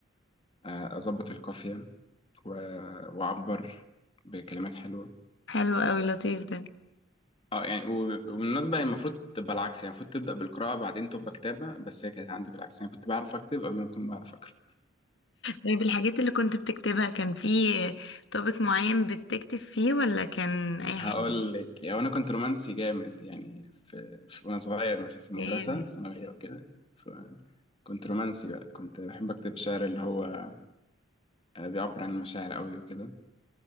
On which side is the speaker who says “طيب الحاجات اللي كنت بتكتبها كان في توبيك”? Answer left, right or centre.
Left